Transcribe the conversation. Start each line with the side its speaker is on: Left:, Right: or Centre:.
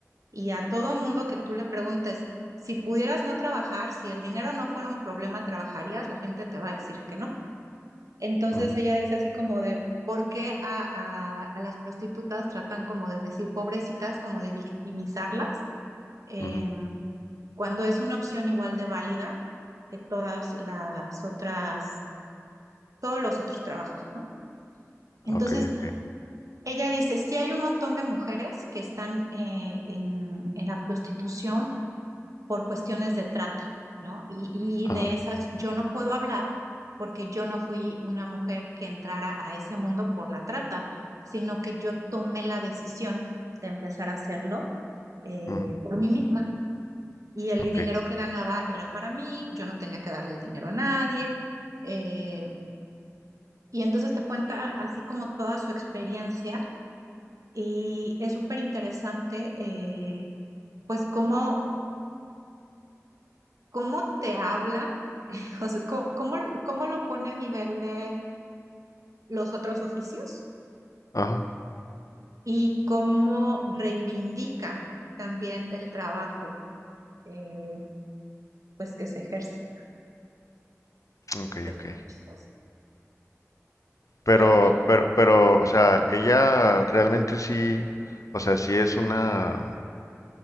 Right: y a todo mundo que tú le preguntes, si pudieras no trabajar, si el dinero no fuera un problema, ¿trabajarías? La gente te va a decir que no. Entonces
Left: ujú,
Right: ella dice así como de, ¿por qué a, a- a las prostitutas tratan como de decir pobrecitas, como de victimizarlas, em,
Left: ujú,
Right: cuando es una opción igual de válida que todas las otras, todos los otros trabajos, ¿no? Entonces,
Left: Ok, ok.
Right: Ella dice, sí hay un montón de mujeres que están eh, en, en la prostitución por cuestiones de trata, ¿no? Y, y
Left: Ajá,
Right: de esas yo no puedo hablar porque yo no fui una mujer que entrara a ese mundo por la trata, sino que yo tomé la decisión de empezar a hacerlo eh,
Left: ujú,
Right: por mí misma. Y el
Left: ok.
Right: dinero que ganaba era para mí, yo no tenía que darle el dinero a nadie. eh, y entonces te cuenta así como toda su experiencia Y es súper interesante, eh, pues, cómo, cómo te habla, <laughs> o sea, cómo, cómo- cómo lo pone a nivel de los otros oficios
Left: Ajá,
Right: y cómo reivindica también el trabajo, eh, pues, que se ejerce.
Left: ok,
Right: Está
Left: ok.
Right: muy chistoso.
Left: Pero,
Right: ¿Qué opinas?
Left: pero, pero, o sea, ella realmente sí, o sea, sí es una.